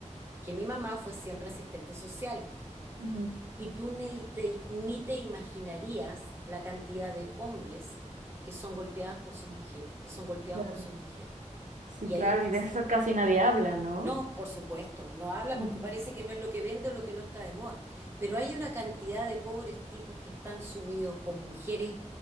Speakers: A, on the right (about 20°); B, on the right (about 80°).
A: que mi mamá fue siempre asistente social.
B: ujú,
A: Y tú ni te, ni te imaginarías la cantidad de hombres que son golpeados por sus mujeres, que son golpeados
B: claro.
A: por sus mujeres.
B: Sí,
A: Y
B: claro,
A: ahí no existe,
B: y de eso casi nadie habla, ¿no?
A: no, por supuesto, no habla
B: ujú.
A: porque parece que no es lo que vende o lo que no está de moda, pero hay una cantidad de pobres tipos que están sumidos con mujeres